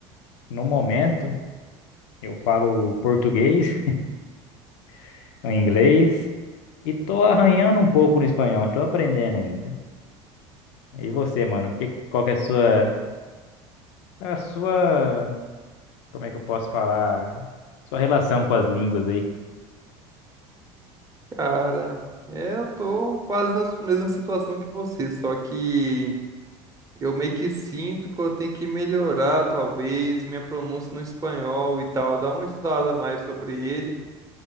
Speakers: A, on the left; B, on the right.
A: No momento, eu falo português, <laughs> o inglês e tô arranhando um pouco no espanhol, tô aprendendo ainda. E você, mano, que, qual que é a sua, a sua, como é que eu posso falar? Sua relação com as línguas aí?
B: Cara, é, eu tô quase na mesma situação que você, só que eu meio que sinto que eu tenho que melhorar, talvez, minha pronúncia no espanhol e tal, dar uma estudada a mais sobre ele.